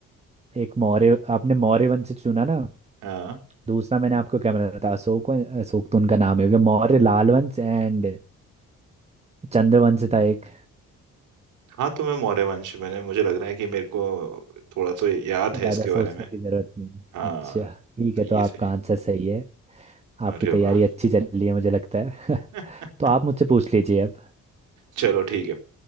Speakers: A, on the right; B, on the right.
A: एक मौर्य आपने मौर्य वंश चुना ना
B: हाँ
A: दूसरा मैंने आपको क्या बताया था अशोक वं- अशोक तो उनका नाम ही हो गया मौर्य लाल वंश एंड चंद्र वंश था एक
B: हाँ तो मैं मौर्य वंश मैंने मुझे लग रहा है कि मेरे को थोड़ा तो याद
A: ज्यादा
B: है इसके
A: सोचने
B: बारे में
A: की जरूरत नहीं
B: हाँ
A: अच्छा ठीक
B: तो
A: है
B: ये
A: तो आपका
B: सही
A: आंसर सही है
B: है
A: आपकी
B: अरे
A: तैयारी
B: वाह
A: अच्छी चल रही है मुझे लगता है <laughs>
B: <laughs>
A: तो आप मुझसे पूछ लीजिए अब
B: चलो ठीक है